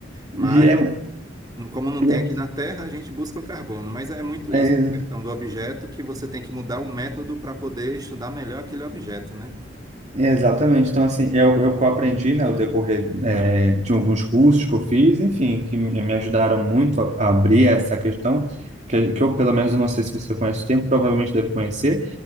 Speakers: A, on the right; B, on the right.
A: mas
B: E é,
A: como não
B: e
A: tem
B: é,
A: aqui na Terra, a gente busca o carbono, mas é muito
B: é
A: isso, a questão do objeto que você tem que mudar o método para poder estudar melhor aquele objeto, né?
B: Exatamente. Então, assim, é o é o que eu aprendi, né, ao decorrer é, de alguns cursos que eu fiz, enfim, que me me ajudaram muito a, a abrir essa questão, que, que eu, pelo menos, eu não sei se você conhece o termo, provavelmente deve conhecer,